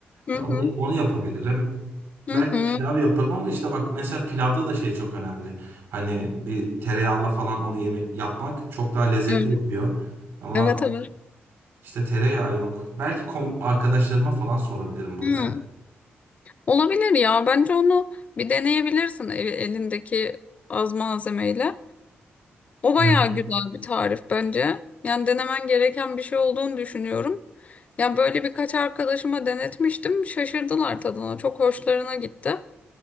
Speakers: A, on the left (about 35°); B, on the right (about 80°).
A: Hı
B: Ya
A: hı.
B: onu, onu yapabilirim.
A: Hı
B: Belki
A: hı.
B: pilav yaparım ama işte bak mesela pilavda da şey çok önemli. Hani bir tereyağla falan onu yeme yapmak çok daha lezzetli
A: Evet,
B: yapıyor. Ama
A: evet. evet.
B: İşte tereyağı yok. Belki kom- arkadaşlarıma falan sorabilirim burada.
A: Hı.
B: ya.
A: Olabilir ya. Bence onu bir deneyebilirsin el- elindeki az malzemeyle. O bayağı
B: Yani,
A: güzel bir tarif bence. Yani denemen gereken bir şey olduğunu düşünüyorum. Yani böyle birkaç arkadaşıma denetmiştim. Şaşırdılar tadına. Çok hoşlarına gitti.